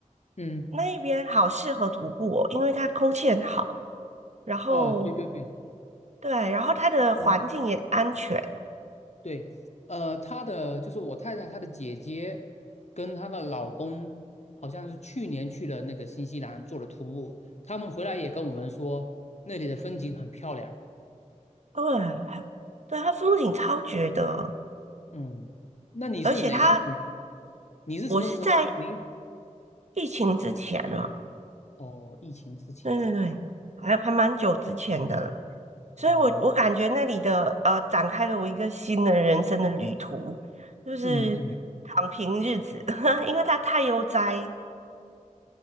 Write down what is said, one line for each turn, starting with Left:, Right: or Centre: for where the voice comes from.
Left: 嗯，
Right: 那一边好适合徒步哦，因为它空气很好，然后
Left: 哦，对对对，
Right: 对，然后它的环境也安全，
Left: 嗯，对，呃，她的就是我太太她的姐姐跟她的老公好像是去年去了那个新西兰做了徒步，他们回来也跟我们说那里的风景很漂亮。
Right: 对，对，它风景超绝的，
Left: 嗯，那你是哪一年？
Right: 而且它
Left: 你是什么时候？
Right: 我是在
Left: 哪一年？
Right: 疫情之前呢。
Left: 哦，疫情之前。
Right: 对对对，还还蛮久之前的了，所以我我感觉那里的呃，
Left: 哦，
Right: 展开了我一个新的人生的旅途，就是躺平日子，
Left: 嗯嗯，
Right: <laughs> 因为它太悠哉，